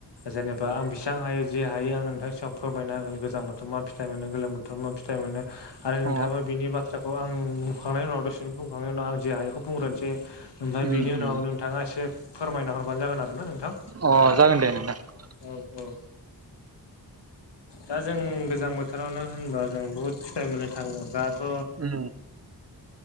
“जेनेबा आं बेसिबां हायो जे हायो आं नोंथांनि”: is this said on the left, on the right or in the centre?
Left